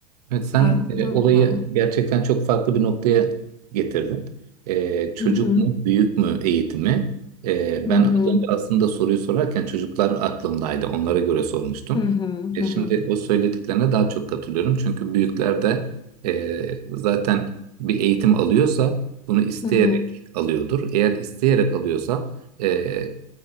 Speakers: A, on the right; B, on the left.
A: Evet, sen
B: farklı
A: e, olayı
B: mı?
A: gerçekten çok farklı bir noktaya getirdin. E, çocuk
B: Hı hı.
A: mu, büyük mü eğitimi? E,
B: Hı
A: ben
B: hı.
A: az önce aslında soruyu sorarken çocuklar aklımdaydı. Onlara göre sormuştum.
B: Hı hı.
A: E,
B: Hı
A: şimdi
B: hı.
A: o söylediklerine daha çok katılıyorum. Çünkü büyükler de e, zaten bir eğitim alıyorsa bunu isteyerek
B: Hı hı.
A: alıyordur. Eğer isteyerek alıyorsa e,